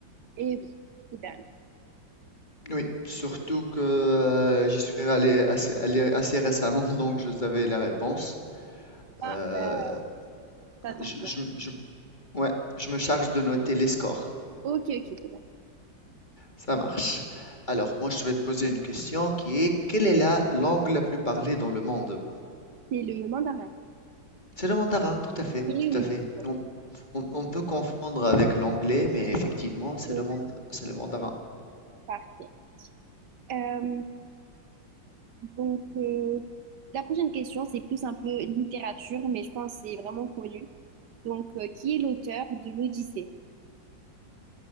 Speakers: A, on the right (about 65°); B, on the left (about 25°).
A: Eh oui, c'est dingue.
B: Oui, surtout que euh, j'y suis allé assez, allé assez récemment, <laughs> donc je savais la réponse.
A: Ah,
B: Euh,
A: bah, ça tombe
B: je,
A: bien.
B: je me- je- ouais, je me charge de noter les scores.
A: Ok, ok, c'est bon.
B: Ça marche. Alors, moi, je vais te poser une question qui est, quelle est la langue la plus parlée dans le monde?
A: C'est le mandarin.
B: C'est le mandarin, tout à fait,
A: Oui,
B: tout
A: oui,
B: à fait.
A: c'est bon.
B: On, on peut confondre avec l'anglais, mais effectivement, c'est
A: Oh,
B: le, mand- c'est le mandarin.
A: Parfait. Euh, Donc, euh, la prochaine question, c'est plus un peu littérature, mais je pense que c'est vraiment connu. Donc, euh, qui est l'auteur de l'Odyssée?